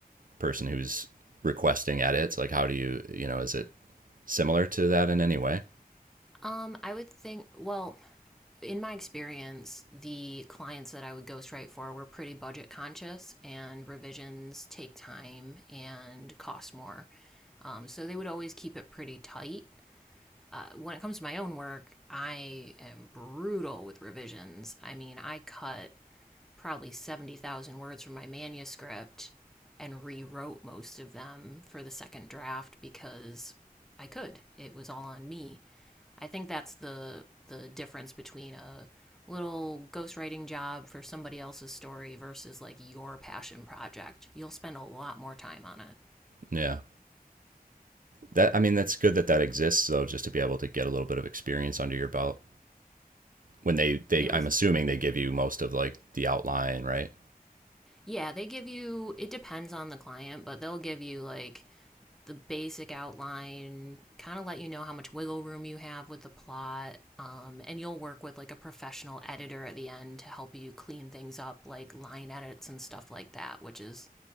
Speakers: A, on the right; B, in the centre.
A: person who's requesting edits like how do you you know is it similar to that in any way
B: Um, I would think, well, in my experience, the clients that I would ghostwrite for were pretty budget conscious, and revisions take time and cost more. Um, so they would always keep it pretty tight. Uh, when it comes to my own work, I am brutal with revisions. I mean, I cut probably 70,000 words from my manuscript and rewrote most of them for the second draft because I could. It was all on me. I think that's the the difference between a little ghostwriting job for somebody else's story versus like your passion project. You'll spend a lot more time on it.
A: yeah that i mean that's good that that exists though just to be able to get a little bit of experience under your belt when they they
B: It was
A: i'm assuming they give you most of like the outline right
B: Yeah, they give you, it depends on the client, but they'll give you like the basic outline, kind of let you know how much wiggle room you have with the plot, um, and you'll work with like a professional editor at the end to help you clean things up, like line edits and stuff like that, which is,